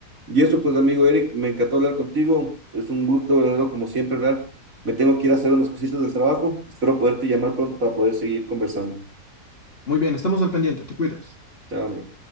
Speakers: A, on the right; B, on the left.
A: Y eso, pues, amigo Eric, me encantó hablar contigo. Es un gusto, verdadero, como siempre, ¿verdad? Me tengo que ir a hacer unas cositas del trabajo. Espero poderte llamar pronto para poder seguir conversando.
B: Muy bien, estamos al pendiente, te cuidas.
A: Chao, amigo.